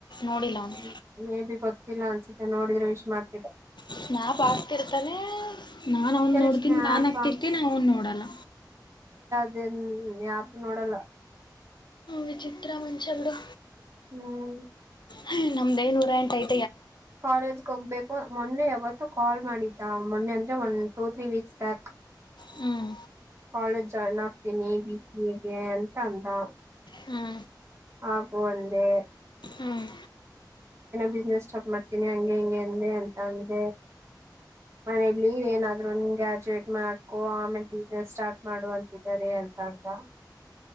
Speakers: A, on the left; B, on the right.
A: ನೋಡಿಲ್ಲ
B: <unintelligible>
A: ಅವನು
B: ಮ ಬಿ ಬತ್ತ ಲಾ ತೆ ನೋಡಿದ್ರೆ ವಿಶ್ ಮಾಡ್ತಿದ್ದ
A: ಸ್ನಾಪ್ ಆಗ್ತಿರ್ತಾನೆ ನಾನ್ ಅವನ್
B: ಎಲ್
A: ನೋಡ್ತೀನಿ
B: ಸ್ನ್ಯಾಪ
A: ನಾ ಆಗ್ತಿರ್ತೀನಿ ಅವನ್ ನೋಡಲ್ಲ
B: ಇದೇ ಯಾರದು ನೋಡಲ್ಲ
A: ವಿಚಿತ್ರಾ ಮನ್ಸ ಬಿಡು
B: ಹ್ಮ್
A: ಹ ನಮ್ದೇ ನೂ ಎಂಟೈಐ
B: ಕಾಲೇಜ್ಗೆ ಹೋಗ್ಬೇಕು ಮೊನ್ನೆ ಯಾವತ್ತು ಕಾಲ್ ಮಾಡಿ ಮೊನ್ನೆ ಅಂದೆ one two three weeks back
A: ಹ್ಮ್
B: ಕಾಲೇಜ್ ಜಾಯ್ನ್ ಆಗ್ತೀನಿ ಬಿ ಸಿಗೆ ಅಂತ ಅಂದ
A: ಹ್ಞೂ
B: ಹಾಗು ಅಂದೇ
A: ಹ್ಞೂ
B: ಬಿಸ್ನೆಸ್ ಸ್ಟಾರ್ಟ್ ಮಾಡ್ತೀನಿ ಹಂಗೆ ಹಂಗಗೆ ಅಂದೆ ಅಂತ ಅಂದೆ ಮನ ಲೀವ್ ಏನಾದ್ರು ಗ್ರಾಜುಯೇಟ್ ಮಾಡ್ಕೊ ಆಮೇಲೆ ಬಿಸ್ನೆಸ್ ಸ್ಟಾರ್ಟ್ ಮಾಡು ಅಂತಿದ್ದಾರೆ ಅಂತ ಅಂದ